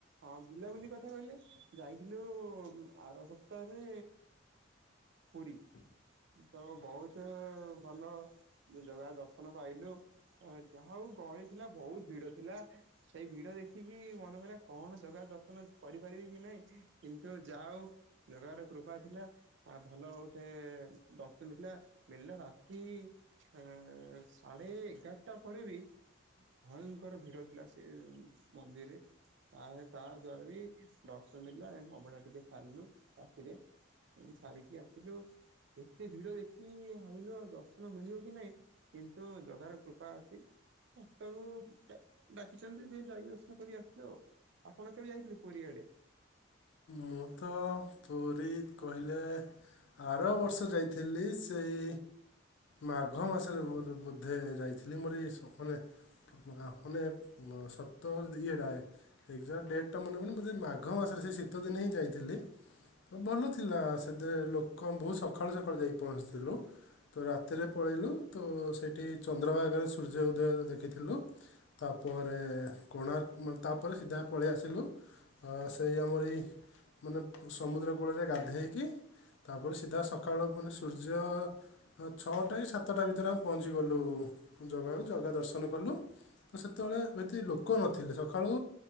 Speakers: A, on the right (about 60°); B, on the left (about 60°).
A: ହଁ ବୁଲାବୁଲି କଥା କହିଲେ ଯାଇଥିଲୁ ଆର ସପ୍ତାହରେ ପୁରୀ। ତ ବହୁତ ଭଲ ଜଗା ଦର୍ଶନ ପାଇଲୁ। ଅଁ, ଯାହା ହଉ ଗହଳି ଥିଲା। ବହୁତ ଭିଡ ଥିଲା। ସେଇ ଭିଡ ଦେଖିକି ମନ କହିଲା କଣ ଜଗା ଦର୍ଶନ କରିପାରିବି କି ନାଇଁ। କିନ୍ତୁ ଯାହା ହଉ ଜଗାର କୃପା ଥିଲା। ଆ ଭଲ ଗୋଟେ ଦର୍ଶନ ଥିଲା ମିଳିଲା। ରାତି ଏଁ, ସାଢେ ଏଗାରଟା ପରେ ବି ଭୟଙ୍କର ଭିଡ ଥିଲା। ସେ ମନ୍ଦିରରେ ଆହେଁ ତା ଦ୍ଵାରା ବି ଦର୍ଶନ ମିଳିଲା। ଏଣ୍ଡ ଅବଢା ଟିକେ ସାରିଲୁ। ରାତିରେ <unintelligible> ସାରିକି ଆସିଲୁ। ଏତେ ଭିଡ ଦେଖି ଭାବିଲୁ ଆଉ ଦର୍ଶନ ମିଳିବ କି ନାଇଁ କିନ୍ତୁ ଜଗାର କୃପା ଅଛି। ଶେଷକୁ ଡା- ଡାକିଛନ୍ତି ଯେ ଯାଇକି ଦର୍ଶନ କରି ଆସିଲୁ ଆଉ। ଆପଣ କେବେ ଯାଇଥିଲେ ପୁରୀ ଆଡେ?
B: ମୁଁ ତ ପୁରୀ କହିଲେ ଆର ବର୍ଷ ଯାଇଥିଲି। ସେଇ ମାଘ ମାସରେ ବୁର ବୋଧେ ଯାଇଥିଲି ମୋର ଏଇସ ମାନେ ଆ, ମାନେ ସତ ଇଏଟା ଏକଜାଟ୍ ଡେଟ୍ ଟା ମନେପଡୁନି। ବୋଧେ ମାଘ ମାସରେ ସେ ଶୀତଦିନେ ହିଁ ଯାଇଥିଲି। ତ ଭଲ ଥିଲା ସେତେ ଲୋକ ବହୁତ ସଖାଳୁ ସଖାଳୁ ଯାଇକି ପହଞ୍ଚିଥିଲୁ। ତ ରାତିରେ ପଳେଇଲୁ ତ ସେଠି ଚନ୍ଦ୍ରଭାଗାରେ ସୂର୍ଯ୍ୟ ଉଦୟ ଦେଖିଥିଲୁ। ତାପରେ କୋଣାର୍କ ଉଁ, ତାପରେ ସିଧା ପଳେଇ ଆସିଲୁ ଅ ସେଇ ଆମର ଏଇ ମାନେ ସମୁଦ୍ର କୂଳରେ ଗାଧେଇକି ତାପରେ ସିଧା ସକାଳୁ ମାନେ ସୂର୍ଯ୍ୟ ଛଅଟା କି ସାତଟା ଭିତରେ ଆମେ ପହଞ୍ଚିଗଲୁ ଜଗାକୁ ଜଗା ଦର୍ଶନ କଲୁ। ତ ସେତେବେଳେ ଏତେ ଲୋକ ନଥିଲେ। ସଖାଳୁ